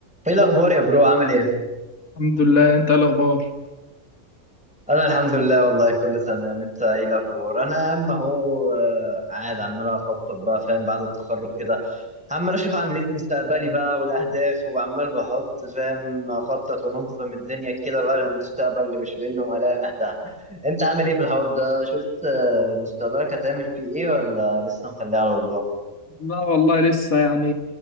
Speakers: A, in the centre; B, on the left (about 70°).
A: ايه الاخبار يا برو عامل ايه
B: الحمد لله انت ايه الاخبار
A: انا الحمد لله والله كله تمام انت ايه الاخبار انا يا عم اهو آه، قاعد عمال اخطط بقى فاهم بعد التخرج كده عمال اشوف اعمل ايه في مستقبلي بقى والاهداف وعمال بحط فاهم اخطط وانظم الدنيا كده بقى للمستقبل اللي مش باين له ملامح ده انت عامل ايه في الحوار ده شفت آه، مستقبلك هتعمل فيه ايه ولا لسه مخليه على الله
B: لا والله لسه يعني